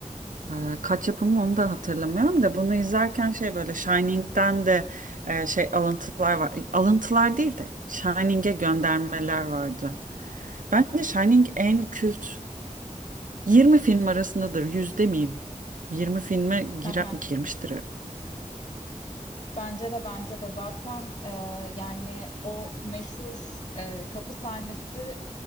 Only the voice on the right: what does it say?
E, kaç yapımı onu da hatırlamıyorum da bunu izlerken şey böyle Shining'den de e, şey alıntılar var. Alıntılar değil de Shining'e göndermeler vardı. Bence Shining en kült Yirmi film arasındadır. Yüz demeyeyim. 20 filme girer,
girmiştir. herhalde.